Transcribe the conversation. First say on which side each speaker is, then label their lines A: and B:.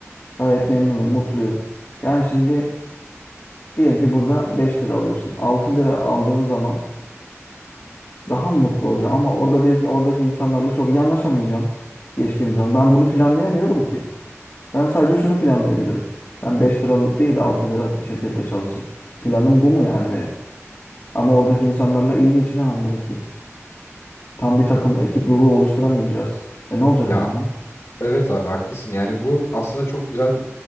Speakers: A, on the left; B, on the left.
A: Gayet memnunum, mutluyum. Yani şimdi diyelim ki burada 5 lira alıyorsun. 6 lira aldığın zaman Daha mı mutlu olacağım ama orada belki oradaki insanlarla çok iyi anlaşamayacağım geçtiğim zaman. Ben bunu planlayamıyorum ki. Ben sadece şunu planlayabilirim. Ben 5 liralık değil 6 liralık bir şirkette çalışayım. Planım bu mu yani benim? Ama oradaki insanlarla iyi geçinemem belki. Tam bir takım ekip ruhu oluşturamayacağız. E ne olacak
B: Ya
A: o zaman?
B: Evet abi haklısın. Yani bu aslında çok güzel bir